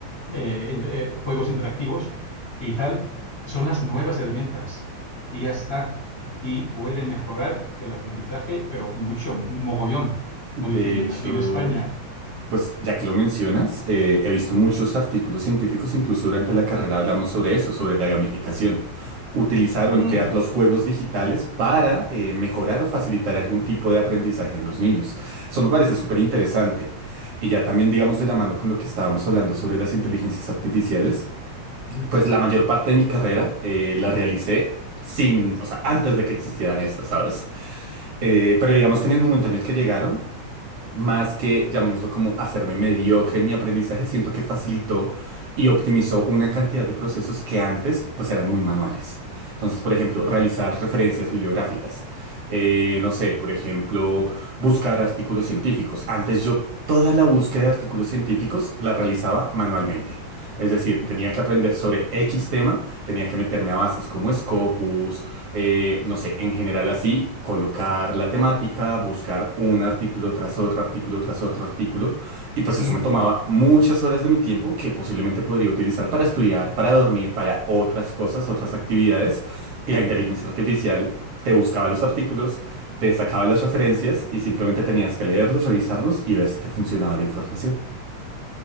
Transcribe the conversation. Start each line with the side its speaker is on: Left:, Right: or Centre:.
Left: eh, entre- eh, juegos interactivos y tal, son las nuevas herramientas. Y ya está. Y puede mejorar el aprendizaje, pero mucho, mogollón,
Right: De
Left: como dicen
Right: hecho,
Left: aquí en España.
Right: pues ya que lo mencionas, eh, he visto muchos artículos científicos, incluso durante la carrera hablamos sobre eso, sobre la gamificación. Utilizar o
Left: Mm,
Right: emplear los juegos digitales para eh, mejorar o facilitar algún tipo de aprendizaje en los niños. Eso me parece súper interesante. Y ya también, digamos, de la mano con lo que estábamos hablando sobre las inteligencias artificiales,
Left: mm,
Right: pues la mayor parte de mi carrera eh, la realicé sin, o sea, antes de que existieran estas, ¿sabes? Eh,
Left: mm,
Right: pero digamos que en el momento en el que llegaron, más que, llamémoslo como hacerme mediocre en mi aprendizaje, siento que facilitó y optimizó una cantidad de procesos que antes pues eran muy manuales. Entonces, por ejemplo, realizar referencias bibliográficas. Eh, no sé, por ejemplo, buscar artículos científicos. Antes yo toda la búsqueda de artículos científicos la realizaba manualmente. Es decir,
Left: mm.
Right: tenía que aprender sobre X tema, tenía que meterme a bases como Scopus, eh, no sé, en general así, colocar la temática, buscar un artículo tras otro, artículo tras otro artículo. Y pues
Left: mm.
Right: eso me tomaba muchas horas de mi tiempo que posiblemente podría utilizar para estudiar, para dormir, para otras cosas, otras actividades. Y la inteligencia artificial te buscaba los artículos, te sacaba las referencias y simplemente tenías que leerlos, revisarlos y ver si te funcionaba la información.